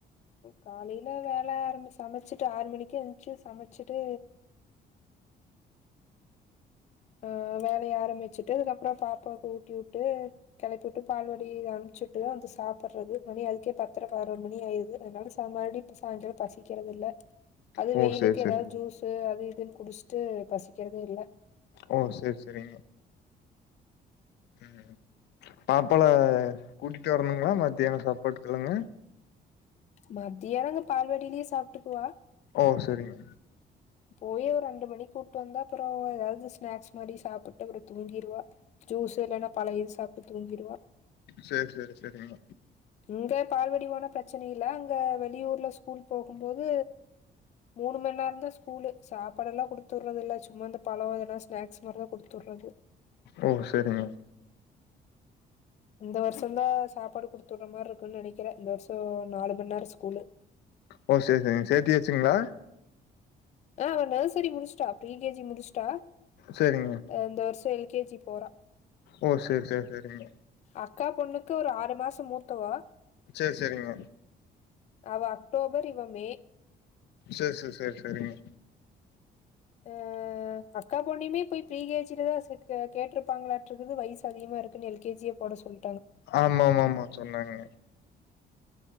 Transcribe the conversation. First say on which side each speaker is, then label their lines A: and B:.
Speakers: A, on the left; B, on the left.
A: காலைல வேல ஆரம்பிச்சமச்சிட்டு ஆறு மணிக்கே எந்துச்சு சமச்சிட்டு ஆ வேலைய ஆரம்பிச்சுட்டு அதுக்கப்புறோ பாப்பாவுக்கு ஊட்டி உட்டு கெளப்பிவுட்டு பால்வாடி அனுப்ச்சுட்டு வந்து சாப்பட்றது மணி அதுக்கே பத்தர பதனோரு மணி ஆய்ருது அதனால சா மறுப்டியு சாயந்தரோ பசிக்கிறது இல்ல அது
B: ஓ
A: வெயிலுக்கு
B: சேரி சேரி
A: எதாது ஜூஸு அது இதுன் குடிச்சுட்டு பசிக்கிறதே இல்ல
B: ஓ சேரி சேரிங்க ம் பாப்பால கூட்டிட்டு வரணுங்களா மத்தியானோ சப்பாட்டுக்குள்ளாங்க
A: மதியானோ அங்க பால்வாடிலயே சாப்ட்டுக்குவா
B: ஓ சேரிங்க
A: போயி ஒரு ரெண்டு மணி கூப்ட்டு வந்தா அப்புறோ அவ எதாவது ஸ்நாக்ஸ் மாரி சாப்புட்டு அப்புறோ தூங்கிருவா ஜூஸ்ஸு இல்லன்னா பழயதும் சாப்ட்டு தூங்கிருவ
B: சேர் சேரி சரிங்க
A: இங்க பால்வாடி போனா பிரச்சன இல்ல அங்க வெளியூர்ல ஸ்கூல் போகும்போது மூனு மண்நேரதா ஸ்கூல்லு சாப்பாடெல்லா குடுத்து உடுறது இல்ல சும்மா இந்த பழ வகை எல்லா ஸ்நாக்ஸ் மாரி தா குடுத்து உடுறது
B: ஓ சரிங்க
A: இந்த வருஷ தா சாப்பாடு குடுத்துடுற மாரி இருக்குன்னு நெனைக்கிற இந்த வருஷோ நாலு மண்நேர ஸ்கூல்லு
B: ஓ சேரி சேரிங்க சேத்தியாச்சிங்ளா
A: ஆ அவ நர்சரி முடிச்சிட்டா ப்ரீ கே ஜி முடிச்டா
B: சரிங்க
A: ஆ இந்த வருஷோ எல் கே ஜி போறா
B: ஓ செர் செர் செரிங்க
A: அக்கா பொண்ணுக்கு ஒரு ஆறு மாசோ மூத்தவா
B: செர் செரிங்க
A: அவ அக்டோபர் இவ மே
B: சேர் சேர் சேர் சரிங்க
A: எஅ அக்கா பொண்ணையுமே பேய் ப்ரீ கேஜில தா சேக்க கேட்ருப்பாங்களாட்டு இருக்கு வயசு அதிகமா இருக்குனு எல் கேஜியே போட சொல்லு
B: ஆமா ஆமா ஆமா சொன்னாங்க